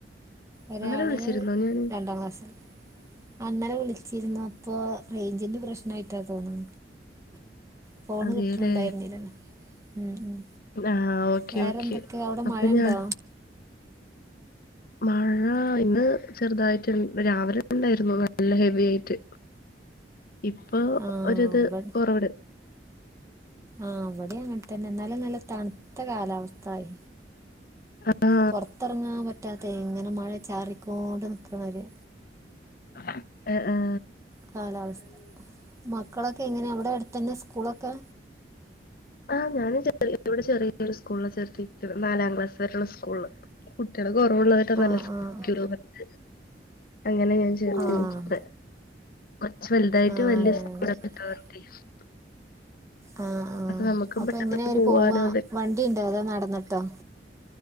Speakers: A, on the left; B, on the right.
A: ഇന്നലെ
B: ഒരാള്
A: വിളിച്ചിരുന്നോ ഞാന്
B: രണ്ടാം ക്ലാസ്സില് ആഹ് ഇന്നലെ വിളിച്ചിരിന്നു അപ്പൊ റേഞ്ചിന്റെ പ്രശ്നായിട്ടാ തോന്ന ഫോണ്
A: അതേല്ലേ
B: കിട്ടണണ്ടായിരുന്നില്ലല്ലൊ ഉം ഉം
A: ആഹ് ഓക്കെ
B: വേറെന്തൊക്കെ
A: ഓക്കെ
B: അവിടെ
A: അപ്പൊ
B: മഴ
A: ഞാൻ
B: ണ്ടോ
A: മഴ ഇന്ന് ചെറുതായിട്ട് രാവിലെ ഉണ്ടായിരുന്നു നല്ല ഹെവി ആയിട്ട് ഇപ്പൊ
B: ആഹ്
A: ഒരു ഇത്
B: ഇവ
A: കൊറവിട്
B: ആഹ് ഇവിടെ അങ്ങനൻ തന്നെ ന്നാലും നല്ല തണുത്ത കാലാവസ്ഥായി
A: ആണോ
B: പൊറത്തെറങ്ങാൻ പറ്റാത്ത ഇങ്ങനെ മഴ ചാറിക്കൊണ്ട് നിക്കണൊരു
A: ആഹ് ആ
B: കാലാവസ് മക്കളൊക്കെ എങ്ങനെയാ അവിടെ അടുത്തന്നെയാ സ്ക്കൂളൊക്കെ
A: ആ ഞാനും <unintelligible> ഇവിടെ ചെറിയൊരു സ്കൂള് ചേർത്തിട്ട് നാലാം ക്ലാസ്സ് വരെയുള്ള സ്ക്കൂള് കുട്ടികള് കൊറവുള്ളത് <unintelligible>
B: ആഹ് ആഹ്
A: അങ്ങനെ ഞാൻ ചേർത്തിരിക്കുന്നെ
B: ആഹ്
A: കൊറച്ചു വലുതായിട്ട്
B: ആഹ്
A: വല്ല്യ
B: അങ്ങനെ
A: സ് <unintelligible>
B: അങ്ങനെ ആഹ് ആഹ്
A: നമുക്കും
B: അപ്പൊ
A: പെട്ടെന്ന്
B: എങ്ങനെ അവര്
A: പോവാനോ
B: പോവാ വണ്ടിയിണ്ടോ അതോ നടന്ന്ട്ടോ